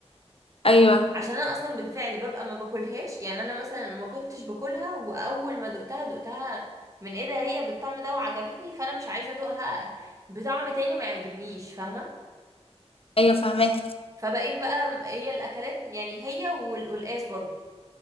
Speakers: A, on the left; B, on the right.
A: ايوه
B: عشان انا اصلا بالفعل ببقى ما باكلهاش يعني انا مثلا ما كنتش باكلها واول ما دقتها دقتها من ايه ده هي بالطعم ده وعجبتني فانا مش عايزه ادوقها بطعم تاني ما يعجبنيش فاهمه
A: ايوه فاهمك
B: فبقيت بقى هي الاكلات يعني هي والقلقاس برضو